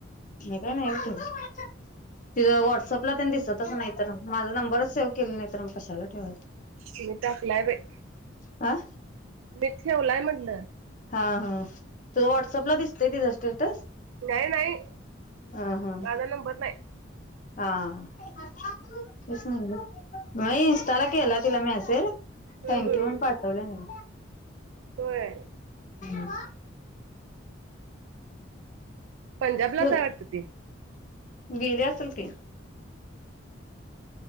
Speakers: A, on the left (about 40°); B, on the right (about 85°).
A: मी काय नाय ठेवलं तिज व्हॉट सपला तेन दिसतच नाही तर माझा नंबरच सेव केली नाही तर तर मग कशाला ठेवायच.
B: तिन टाकलाय बाई
A: आ
B: मी ठेवलाय म्हनल
A: हा हा तु व्हॉट्सअपला दिसतोय तिचां स्टेटस
B: नाही नाही
A: हा हा
B: माझा नंबर नाही.
A: हा तेच म्हणल नाही इन्स्टाला केला तिला मेसेज
B: हम्म
A: थँंक
B: हम्म
A: यू म्हण पाठवल्या नी
B: होय
A: <inaudible>
B: पंजाबलाचय
A: बोल
B: हाय वाटतं ती
A: गेली असलं की